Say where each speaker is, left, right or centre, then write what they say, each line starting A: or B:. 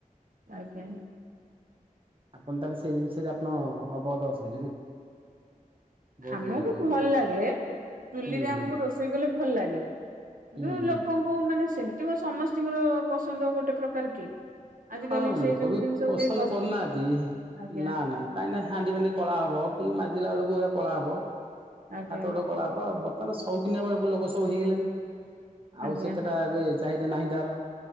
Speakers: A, on the right; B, on the right.
A: ଆଜ୍ଞା।
B: ଆପଣ ତାହେଲେ ସେଇ ଜିନିଷରେ ଆପଣ ଅବଗତ ଅଛନ୍ତି ନା? ବହୁତ
A: ଆମକୁ
B: ବଢିଆ ବହୁତ
A: ଭଲ
B: ବଢିଆ
A: ଲାଗେ ଚୁଲିରେ
B: ହୁଁ
A: ଆମକୁ
B: ହୁଁ
A: ରୋଷ୍ ଷେଇ କଲେ ଭଲ ଲାଗେ କିନ୍ତୁ
B: ହୁଁ ହୁଁ
A: ଲୋକ ଙ୍କୁ ମାନେ ସେମିତି କଁ ସମସ୍ତଙ୍କର ପସନ୍ଦ ଗୋଟେ ପ୍ରକାର କି? ଆଜିକାଲି
B: ହଁ
A: ସେଇ
B: ଲୋକ
A: ଯୋଉ
B: ବି
A: ଜିନିଷକୁ
B: ପସନ୍ଦ
A: କେହି
B: କରୁନାହାନ୍ତି
A: ଆଜ୍ଞା
B: ନା ନା। କାହିଁକିନା ହାଣ୍ଡି ଫାଣ୍ଡି କଳା ହବ ପୁଣି ମାଜିଲା ବେଳକୁ ହେରା କଳା ହବ
A: ଆଜ୍ଞା
B: ହାତ ଗୋଡ଼ କଳା ହ ବ ବର୍ତ୍ତମାନ ସଉକିନିଆ ବେଳକୁ ଲୋକ ସବୁ ହେଇଗଲେଣି ଆଉ
A: ଆଜ୍ଞା
B: ସେତେଟା ଏବେ ଚାହିଦା ନାହିଁ ତାର